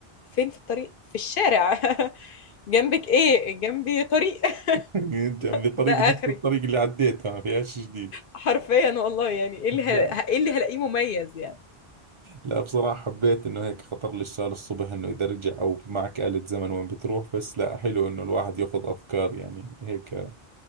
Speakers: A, on the left; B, on the right.
A: فين في الطريق في الشارع <laughs> جنبك ايه جنبي طريق
B: انت
A: <laughs>
B: عم بطريق
A: ده
B: نفس
A: اخري
B: الطريق اللي عديتها ما فيهاش جديد
A: حرفيا والله يعني ايه اللي ه...
B: لا
A: ايه اللي هلاقيه مميز يعني
B: لا بصراحة حبيت انه هيك خطر لي السؤال الصبح انه اذا رجع او معك آلة زمن وين بتروح بس لا حلو انه الواحد ياخذ افكار يعني هيك